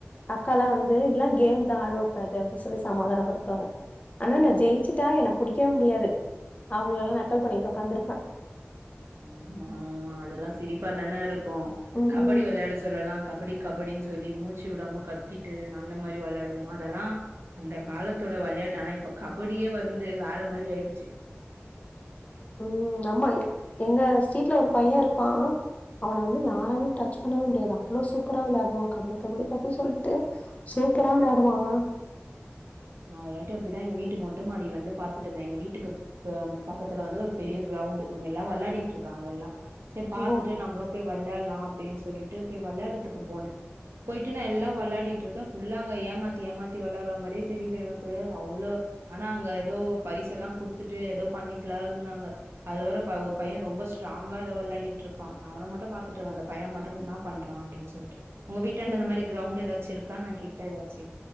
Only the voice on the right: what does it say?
ஆமா ஆமா அதெல்லா சிரிப்பா தான ருக்கு
கபடி வெளையாட சொல்லலா கபடி கபடின்னு சொல்லி மூச்சு விடாம கத்திட்டு அந்த மாரி வெளையாடுவோ அதெல்லா அந்த காலத்தோட வெளையாட்டு ஆனா இப்ப கபடியே வந்து வேற மாரி ஆயிடுச்சு
நா ஒருவாட்டி அப்டிதா எங்க வீட்டு மொட்ட மாடில இருந்து பாத்துட்டு இருந்தே எங்க வீட்டுக்கு பெம் பக்கத்துல வந்து ஒரு பெரிய கிரௌண்ட்டு அவுங்க எல்லா வெளாடிட்டு இருக்காங்க எல்லா செரி பாத்துட்டு
நம்பளு போய் வெளையாடலா அப்டின்னு சொல்லிட்டு போய் வெளையாடுறதுக்கு போனே போயிட்டு நா எல்லா வெளாடிட்டு இருக்கே ஃபுல்லா அங்க ஏமாத்தி ஏமாத்தி வெளாடுற மாரி தெரியுது எனக்கு அவ்ளோ ஆனா அங்க எதோ பரிசெல்லா குடுத்துட்டு ஏதோ பண்ணட்டுலா இருந்தாங்க அதுல வேற ப ஒரு பையன் ரொம்ப ஸ்ட்ராங்கா எதோ வெள்ளாடிட்ருக்கா நா அவன மட்டு பாத்துட்ருக்கே அந்த பையன மட்டு இன்னா பண்றா அப்டின் சொல்ட்டு உங்க வீட்டாண்ட
இத மாரி கிரௌண்டு எதாச்சு இருக்கா ன கிட்ட எதாச்சு